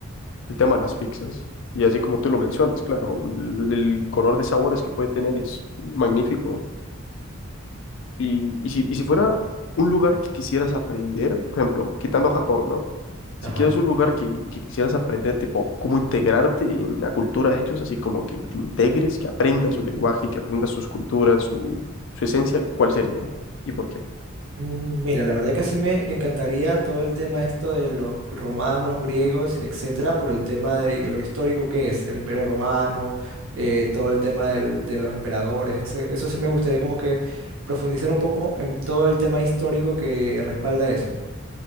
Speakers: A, on the left; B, on the right.
A: el tema de las pizzas. Y así como tú lo mencionas, claro, el, el color de sabores que puede tener es magnífico. Y, y si, y si fuera un lugar que quisieras aprender, por ejemplo, quitando Japón, ¿no? Si
B: Ajá.
A: quieres un lugar que, que quisieras aprender, tipo, cómo integrarte en la cultura de ellos, así como que te integres, que aprendas su lenguaje, que aprendas sus culturas, su, su esencia, ¿cuál sería? ¿Y por qué?
B: Mm, Mira, la verdad que sí me encantaría todo el tema esto de los romanos, griegos, etcétera, por el tema de lo histórico que es el Imperio Romano, eh, todo el tema del- de los emperadores, etc. Eso sí me gustaría como que profundizar un poco en todo el tema histórico que respalda eso.